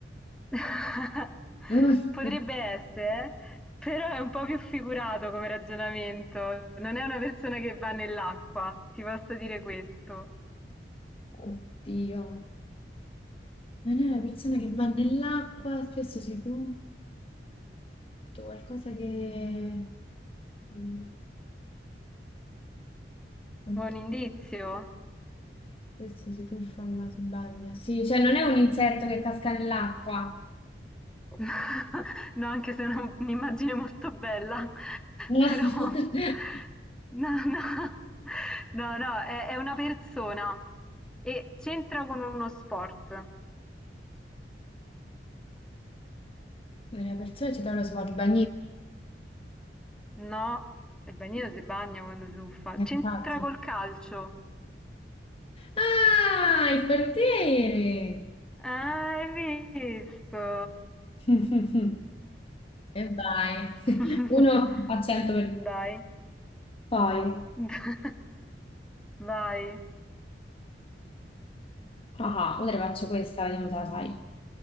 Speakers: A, in the centre; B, on the left (about 35°).
A: <laughs>
B: <laughs>
A: Potrebbe essere, eh? Però è un po' più figurato come ragionamento. Non è una persona che va nell'acqua, ti posso dire questo.
B: Oddio, non è una persona che va nell'acqua, spesso si tuffa, c'è qualcosa che... mm, oddio,
A: Buon indizio?
B: Spesso si tuffa ma si bagna. Sì, cioè non è un insetto che casca nell'acqua.
A: <laughs> No, anche se non un'immagine molto bella, <laughs>
B: <laughs>
A: però no, no, no, no, è, è una persona e c'entra con uno sport.
B: No. Una persona ci trova lo sguardo Eh,
A: No, il bagnino si bagna quando si tuffa.
B: Infatti.
A: C'entra col calcio.
B: Ah, il portiere!
A: Ah, hai visto?
B: <laughs> E vai. <laughs>
A: <laughs>
B: Uno a 100 per...
A: Dai,
B: Poi,
A: <laughs> vai,
B: ah, ah, ora te ne faccio questa, vediamo se la sai.